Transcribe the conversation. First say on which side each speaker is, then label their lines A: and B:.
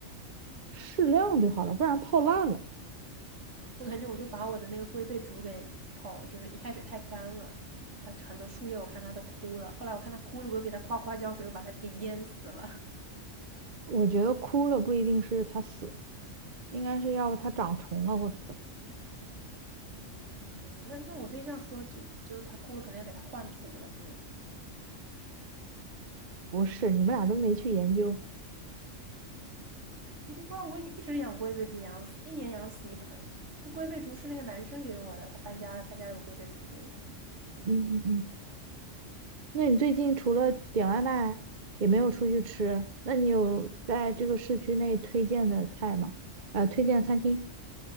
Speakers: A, on the right; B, on the right.
A: 适量就好了，不然泡烂了。
B: 我感觉我就把我的那个龟背竹给泡，就是一开始太干了，它很多树叶我看它都枯了，后来我看它枯了，我又给它夸夸浇水，又把它给淹死了。
A: 我觉得枯了不一定是它死，应该是要它长虫了或者怎么。
B: <laughs> 嗯，那那我对象说就就它枯了，可能要给它换土了，就
A: 不是，你们俩都没去研究。
B: 你就不知道我一直养龟背竹养死，一年养死一盆。这龟背竹是那个男生给我的，他搬家了，他家有龟背竹给我的。
A: 嗯嗯嗯。那你最近除了点外卖，也没有出去吃，那你有在这个市区内推荐的菜吗？呃，推荐餐厅？